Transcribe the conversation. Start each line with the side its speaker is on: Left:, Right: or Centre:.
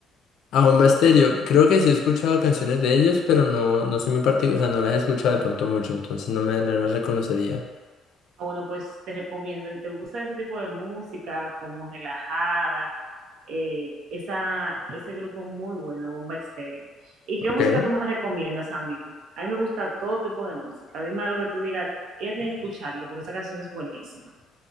Left: A Bomba Estéreo, creo que sí he escuchado canciones de ellos, pero no, no soy muy particular, o sea, no las he escuchado de pronto mucho, entonces no me no las reconocería.
Right: Ah, bueno, pues te recomiendo, si te gusta ese tipo de música, como relajada, eh, esa, ese grupo muy bueno, Bomba Estéreo. ¿Y
Left: Ok.
Right: qué música tú me recomiendas a mí? A mí me gusta todo tipo de música. Dime algo que tú digas, ella tiene que escucharlo porque esa canción es buenísima.